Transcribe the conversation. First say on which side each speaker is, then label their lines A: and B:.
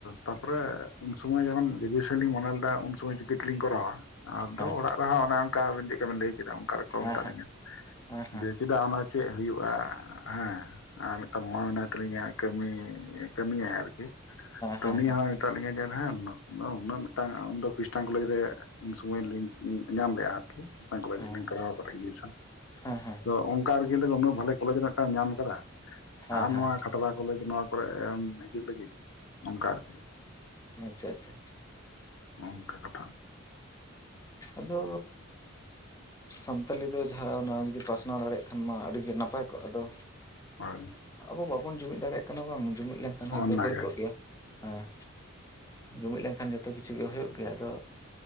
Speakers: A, on the left; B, on the left.
A: ᱛᱟᱯᱚᱨᱮ ᱩᱱᱥᱩᱢᱚᱭ ᱡᱮᱢᱚᱱ ᱜᱮᱡᱩᱭᱮᱥᱚᱱ ᱞᱤᱧ ᱢᱚᱱᱮ ᱞᱮᱫᱟ ᱩᱱ ᱥᱩᱢᱚᱭ ᱪᱤᱠᱤ ᱛᱮᱞᱤᱧ ᱠᱚᱨᱟᱣᱟ᱾ ᱟᱫᱚ
B: ᱦᱮᱸ
A: ᱚᱲᱟᱜ ᱨᱮᱦᱚᱸ ᱚᱱᱮ ᱚᱱᱠᱟ ᱟᱵᱮᱱ ᱪᱮᱫ ᱞᱮᱠᱟ ᱵᱮᱱ ᱞᱟᱹᱭ ᱠᱮᱫᱟ ᱚᱱᱠᱟ ᱜᱮᱠᱚ
B: ᱦᱮᱸ
A: ᱢᱮᱛᱟᱜ
B: ᱦᱮᱸ
A: ᱞᱤᱧᱟᱹ᱾
B: ᱦᱮᱸ
A: ᱡᱮ
B: ᱦᱮᱸ
A: ᱪᱮᱫᱟᱜ ᱚᱱᱟ ᱪᱮᱫ ᱦᱩᱭᱩᱜᱼᱟ᱾ ᱦᱮᱸ ᱟᱨ ᱢᱤᱫᱴᱟᱝ ᱢᱟᱢᱟ ᱢᱮᱱᱟᱭ ᱛᱟᱞᱤᱧᱟ ᱠᱟᱹᱢᱤ ᱠᱟᱹᱢᱤᱭᱟ ᱟᱨᱠᱤ, ᱛᱚ
B: ᱦᱮᱸ
A: ᱩᱱᱤ
B: ᱦᱮᱸ ᱦᱮᱸ
A: ᱦᱚᱸᱭ ᱢᱮᱛᱟᱜ ᱞᱤᱧᱟᱹ ᱡᱮ ᱱᱟᱢ ᱩᱱᱟᱹᱜ ᱢᱤᱫᱴᱟᱝ ᱟᱢ ᱫᱚ ᱠᱨᱤᱥᱴᱟᱱ ᱠᱚᱞᱮᱡᱽ ᱨᱮ ᱩᱱ ᱥᱚᱢᱚᱭ ᱨᱮᱞᱤᱧ ᱧᱟᱢ ᱞᱮᱜᱼᱟ ᱟᱨᱠᱤ ᱾ ᱠᱤᱥᱛᱟᱱ ᱠᱚᱞᱮᱡ
B: ᱦᱮᱸ
A: ᱨᱮᱞᱤᱧ ᱠᱚᱨᱟᱣ ᱟᱠᱟᱫᱟ ᱮᱰᱢᱤᱥᱚᱱ᱾
B: ᱦᱮᱸ ᱦᱮᱸ ᱦᱮᱸ
A: ᱛᱚ ᱚᱱᱠᱟ ᱨᱮᱜᱤ <inaudible> ᱩᱱᱟᱹᱜ ᱵᱷᱟᱞᱮ ᱠᱚᱞᱮᱡᱽ ᱨᱮ ᱴᱟᱢ ᱧᱟᱢ ᱟᱠᱟᱫᱟ᱾
B: ᱦᱮᱸ
A: ᱟᱢ ᱱᱚᱣᱟ ᱠᱷᱟᱛᱨᱟ ᱠᱚᱞᱮᱡ ᱱᱚᱣᱟ ᱠᱚᱨᱮ ᱮᱢ ᱦᱤᱡᱩᱜ ᱞᱟᱹᱜᱤᱫ ᱚᱱᱠᱟ ᱟᱨᱠᱤ᱾
B: ᱟᱪᱪᱷᱟ ᱟᱪᱪᱷᱟ᱾
A: ᱱᱚᱝᱠᱟ ᱠᱟᱛᱷᱟ᱾
B: ᱟᱫᱚ ᱥᱟᱱᱛᱟᱞᱤ ᱫᱚ ᱡᱟᱦᱟᱸ ᱚᱱᱟ ᱡᱩᱫᱤ ᱯᱟᱥᱱᱟᱣ ᱫᱟᱲᱮᱭᱟᱜ ᱠᱷᱟᱱ ᱢᱟ ᱟᱹᱰᱤᱜᱮ ᱱᱟᱯᱟᱭ ᱠᱚᱜᱼᱟ᱾ ᱟᱫᱚ
A: ᱦᱳᱭ ᱾
B: ᱟᱵᱚ ᱵᱟᱵᱚᱱ ᱡᱩᱢᱤᱫ ᱫᱟᱲᱮᱭᱟᱜ ᱠᱟᱱᱟ ᱵᱟᱝ, ᱡᱩᱢᱤᱫ ᱞᱮᱱᱠᱷᱟᱱ ᱦᱚᱭ
A: ᱚᱱᱟᱜᱮ
B: ᱛᱚ ᱦᱩᱭ ᱠᱚᱜ ᱜᱮᱭᱟ ᱾ ᱦᱮᱸ᱾ ᱡᱩᱢᱤᱫ ᱞᱮᱱᱠᱷᱟᱱ ᱡᱚᱛᱚ ᱠᱤᱪᱷᱩ ᱜᱮ ᱦᱩᱭᱩᱜ ᱜᱮᱭᱟ ᱾ ᱟᱫᱚ